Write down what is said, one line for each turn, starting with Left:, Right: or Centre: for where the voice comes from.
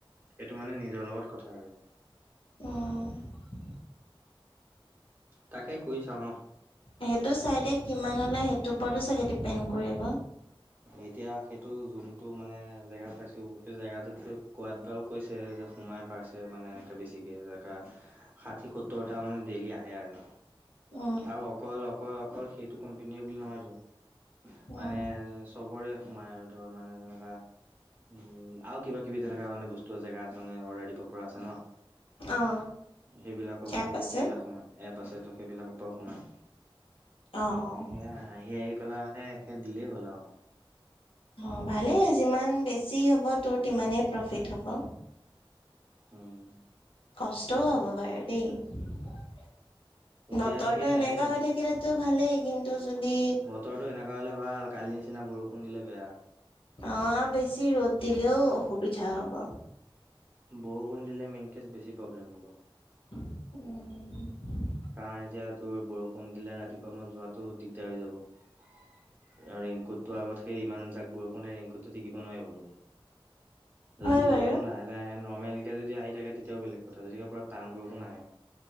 Right: সেইটো মানে নিজৰ লগত কথা আৰু।
Left: অ'।
Right: তাকে কৰি চাওঁ ন
Left: সেইটো চাইডে কিমান ওলায় সেইটোৰ ওপৰতো চাগে ডিপেণ্ড কৰিব।
Right: এতিয়া সেইটো যোনটো মানে জেগা পাইছো, সেই জেগাটোত কোৱাত বাও কৈছে। সোমাই পাৰছে মানে এনেকে বেছিকে যেনেকা, ষাঠি-সত্তৰটা মানে ডেইলি আহে আৰু।
Left: উম,
Right: আৰু অকল, অকল, অকল সেইটো কোম্পেনীৰে বুলি নহয়তো।
Left: উম,
Right: মানে চবৰে সোমাই আৰু ধৰ মানে তেনেকুৱা। উম আৰু কিবাকিবি তেনেকা মানে বস্তু জেগা আছে। অৰ্ডাৰ দিব পৰা আছে ন!
Left: অ',
Right: সেইবিলাককো
Left: এপ আছে।
Right: <unintelligible> আছেটো, সেইবিলাকৰ পৰাও সোমায়।
Left: অ', অ',
Right: সেইয়া আহি আহি পেলাই মানে সেই দিলেই হ'ল আৰু।
Left: অ' ভালেই যিমান বেছি হ'ব, তোৰ তিমানেই প্ৰফিট হ'ব।
Right: উম।
Left: কষ্টও হ'ব বাৰু দেই। বতৰটো
Right: এতিয়া সেয়াই
Left: এনেকুৱা হৈ থাকিলেতো ভালেই, কিন্তু যদি।
Right: বতৰটো এনেকুৱা হলে ভাল কালি নিচিনা বৰষুণ দিলে বেয়া।
Left: অ' বেছি ৰ'দ দিলেও অসুবিধা হ'ব।
Right: বৰষুণ দিলে মেইনকেচ বেছি প্ৰব্লেম হ'ব।
Left: উম।
Right: কাৰণ এতিয়া তোৰ বৰষুণ দিলে ৰাতিপুৱা মই যোৱাতটো দিগদাৰ হৈ যাব। ৰেইনকোটটো আগত সেই ইমানজাক বৰষুণে ৰেইনকোটটো টিকিব নোৱাৰিতো।
Left: হয়
Right: যদি বৰষুণ
Left: বাৰু
Right: লাহে লাহে আহে নৰ্মেলকৈ যদি আহি থাকে, তেতিয়াও বেলেগ কথা। যদিকে পুৰা টান বৰষুণ আহে